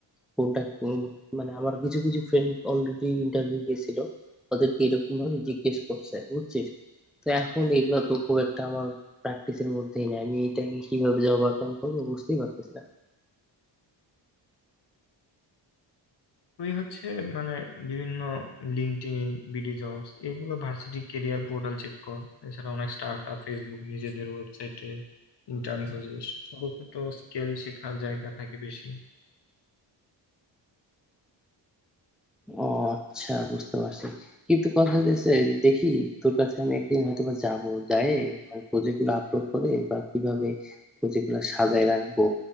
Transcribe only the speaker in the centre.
কোনটা কোন- মানে আমার কিছু কিছু ফ্রেন্ড অলরেডি ইন্টারভিউ গেছিল ওদেরকে এরকম ভাবে জিজ্ঞেস করছে বুঝছিস তো এখন এগুলা তো খুব একটা আমার প্র্যাকটিসের মধ্যেই নেই আমি এটাকে কিভাবে যে ওভারকাম করবো বুঝতেই পারতেছি না
ও আচ্ছা বুঝতে পারছি কিন্তু কথা হচ্ছে দেখি তোর কাছে আমি একদিন হয়তো বা যাবো যায় মানে প্রজেক্ট গুলো আপলোড করে বা কিভাবে প্রজেক্ট গুলো সাজায় রাখবো